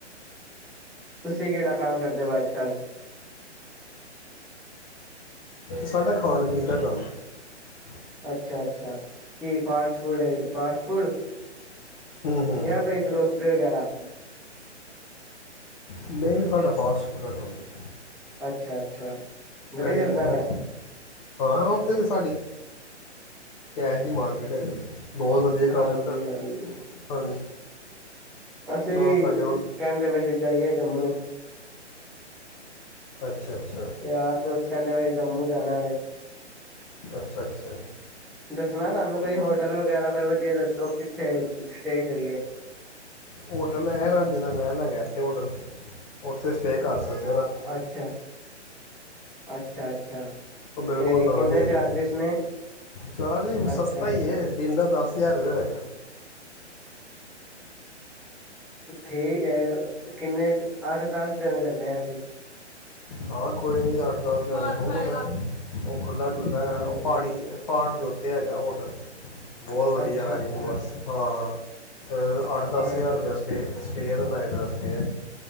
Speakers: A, in the centre; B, on the left (about 40°).
A: ਤੁਸੀਂ ਕਿਹੜਾ ਕੰਮ ਕਰਦੇ ਅੱਜ ਕੱਲ
B: ਸਾਡਾ ਖਾਣ ਪੀਣ ਦਾ ਕੰਮ ਏ
A: ਅੱਛਾ ਅੱਛਾ ਕੀ ਫਾਸਟ ਫੂਡ ਹੈ ਫਾਸਟ ਫੂਡ
B: ਹੂੰ ਹੂੰ
A: ਜਾਂ ਕੋਈ ਗਰੋਸਰੀ ਵਗੈਰਾ
B: ਨਹੀਂ ਨਹੀਂ ਸਾਡਾ ਫਾਸਟ ਫੂਡ ਦਾ ਕੰਮ ਹੈ।
A: ਅੱਛਾ ਅੱਛਾ ਵਧੀਆ
B: ਕਦੀ ਮੋ
A: ਚੱਲਦਾ ਵਾ
B: ਹਾਂ ਉਥੇ ਏ ਸਾਡੀ ਕੈਸ਼ ਦੀ ਮਾਰਕੀਟ ਹੈ ਗੀ ਬਹੁਤ ਵਧੀਆ
A: ਹਾਂਜੀ-ਹਾਂਜੀ,
B: ਕੰਮ ਮਿਲਦਾ ਹਾਂਜੀ।
A: ਅਸੀਂ
B: ਨਾਲ ਸਾਡੇ ਕੋਲ
A: ਕਹਿੰਦੇ ਵੀ ਅਸੀਂ ਜਾਈਏ ਜੰਮੂ
B: ਅੱਛਾ ਅੱਛਾ
A: ਯਾਰ ਦੋਸਤ ਕਹਿੰਦਾ ਸੀ ਜੰਮੂ ਜਾਣਾ ਏ
B: ਅੱਛਾ ਅੱਛਾ।
A: ਦੱਸਣਾ ਸਾਨੂੰ, ਕੋਈ ਹੋਟਲ ਵਗੈਰਾ ਕੋਈ ਵਧੀਆ ਦੱਸੋ ਕਿੱਥੇ ਸਟੇ ਕਰੀਏ?
B: ਹੋਟਲ ਹੈ ਰਾਜੇ ਦਾ ਨਹਿਲ ਹੈਗਾ ਇੱਥੇ ਹੋਟਲ। ਉੱਥੇ ਸਟੇਅ ਕਰ ਸਕਦੇ ਹੋ ਰਾਤੀ,
A: ਅੱਛਾ, ਅੱਛਾ-ਅੱਛਾ
B: ਉਹ ਬਿਲਕੁਲ
A: ਤੇ
B: ਨਾ
A: ਕਿੰਨੇ
B: ਹੀ ਹੈਗਾ
A: ਚਾਰਜਿਸ ਨੇ
B: ਚਾਰਜ ਹੀ ਸਸਤਾ
A: ਅੱਛਾ। ਅੱਛਾ
B: ਹੀ ਹੈ ਦਿਨ ਦਾ ਦਸ ਤਿਆਰ ਹੋ ਹੋਗਾ
A: ਠੀਕ ਹੈ। ਕਿੰਨੇ, ਅੱਠ -ਦਸ ਜਨ ਚੱਲੇ ਆਂ ਅਤੇ <inaudible>
B: ਹਾਂ ਕੋਈ ਨੀ ਅੱਠ -ਦਸ ਜਾਣੇ ਹੋ ਉਹ ਖੁੱਲ੍ਹਾ -ਡੁੱਲ੍ਹਾ
A: ਹਾਂਜੀ
B: ਹੈ, ਉਹ ਪਹਾੜੀ
A: ਹਾਂ।
B: ਪਹਾੜ ਦੇ ਉੱਤੇ ਹੈਗਾ ਉਹ ਹੋਟਲ, ਬਹੁਤ ਵਧੀਆ
A: ਅੱਛਾ-ਅੱਛਾ
B: ਹਰੀ ਨਿਵਾਸ ਹਾਂ ਹਾਂ ਅਤੇ ਅੱਠ ਦਸ
A: ਹਾਂ
B: ਹਜ਼ਾਰ ਰੁਪਇਆ ਸਟੇਅ। ਸਟੇ ਨ ਦਸਟ <inaudible>